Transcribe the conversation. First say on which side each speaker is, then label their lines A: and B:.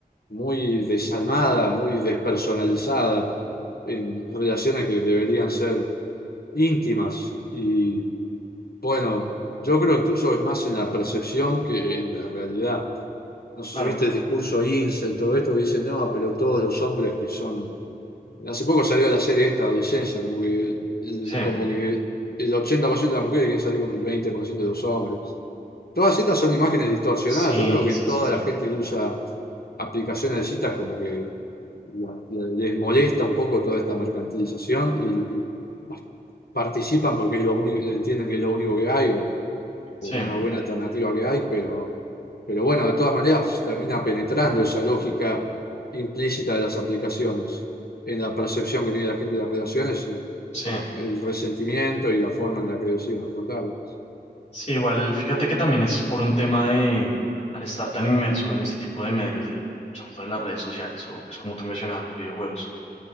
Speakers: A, on the left; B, on the left.
A: muy desalmada, muy despersonalizada en relaciones que deberían ser íntimas. Y bueno, yo creo que incluso es más en la percepción que en la realidad. No sé
B: claro,
A: si viste el discurso incel, todo esto que dicen, no, pero todos los hombres que son Hace poco salió la serie esta, Adolescencia, como que el, el-
B: sí,
A: como que el 80% de las mujeres quieren salir con el 20% de los hombres. Todas estas son imágenes distorsionadas.
B: sí,
A: Yo creo que
B: sí,
A: toda
B: sí, sí,
A: la gente que usa aplicaciones de citas como que la- la- les molesta un poco toda esta mercantilización y, y participan porque es lo único, entienden que es lo único que hay o,
B: sí,
A: una buena alternativa que hay, pero, pero bueno, de todas maneras termina penetrando esa lógica implícita de las aplicaciones en la percepción que tiene la gente de las relaciones y
B: sí,
A: el resentimiento y la forma en la que deciden afrontarlas.
B: sí, igual fíjate que también es por un tema de, al estar tan inmerso en este tipo de medios, de, sobre todo en las redes sociales o pues como tú mencionabas, los videojuegos,